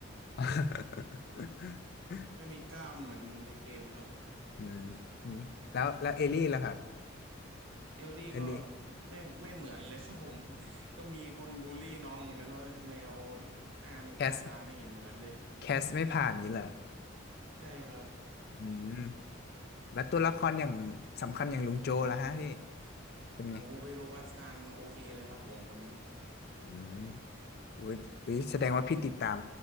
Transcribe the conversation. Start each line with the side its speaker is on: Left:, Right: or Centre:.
Left: <laughs>
Right: <laughs> ไม่มีกล้ามเหมือนในเกมครับ
Left: อืมอืมแล้วแล้วเอลลี่ล่ะครับ
Right: เอลลี่ก็
Left: เอลลี่
Right: ไม่ไม่เหมือนเลยครับผม <laughs> ก็มีคนบูลลี่น้องเหมือนกันว่าทำไมเอาหน้าไม่ตาตาไม่เห็นเหมือนเลย
Left: แคสแคสไม่ผ่านงี้เหรอ
Right: ใช่ครับ
Left: อืมแล้วตัวละครอย่างสำคัญอย่างลุงโจล่ะฮะพี่เป็นไง
Right: โอ้เปโดรปาสกาลโอเคเลยครับผมคนนี้
Left: อืมอุ้ยอุ้ยแสดงว่าพี่ติดตาม